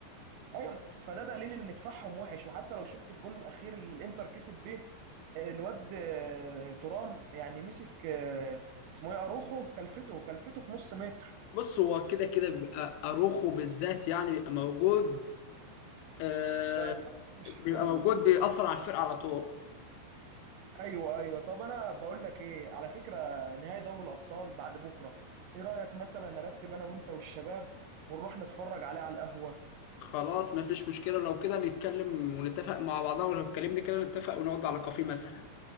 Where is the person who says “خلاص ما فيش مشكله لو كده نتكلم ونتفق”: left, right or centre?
Left